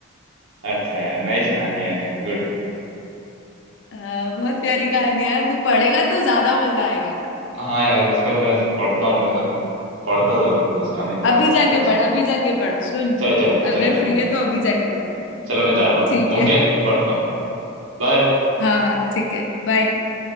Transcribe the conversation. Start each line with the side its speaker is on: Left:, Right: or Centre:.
Right: अच्छा यार नाइस कहानी यार गुड
Left: आ, बहुत प्यारी कहानी यार तू पढ़ेगा तो ज्यादा मजा आएगा
Right: हाँ यार उसका मैं पढ़ता हूँ मैं पढ़ता जरूर हूँ, इस कहानी को
Left: अभी
Right: पढ़ता
Left: जाके
Right: हूँ कुछ
Left: पढ़ अभी जाके पढ़ सुन
Right: चलो चलो
Left: अगर
Right: चलो चलो
Left: फ्री है तो अभी जाके पढ़
Right: चलो मैं जा रहा हूँ
Left: ठीक है
Right: ओके पढ़ता हूँ बाय
Left: हाँ हाँ ठीक है बाय